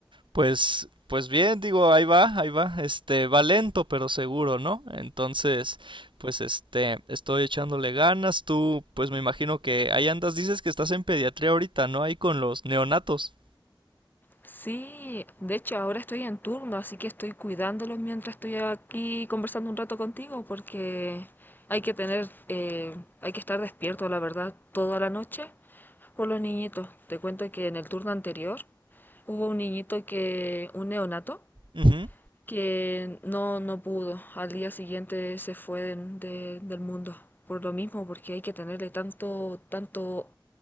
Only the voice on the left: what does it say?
Sí, de hecho ahora estoy en turno, así que estoy cuidándolos mientras estoy aquí conversando un rato contigo, porque hay que tener, eh, hay que estar despierto, la verdad, toda la noche por los niñitos. Te cuento que en el turno anterior hubo un niñito que, un neonato,
que no, no pudo. Al día siguiente se fue de- de- del mundo. Por lo mismo, porque hay que tenerle tanto, tanto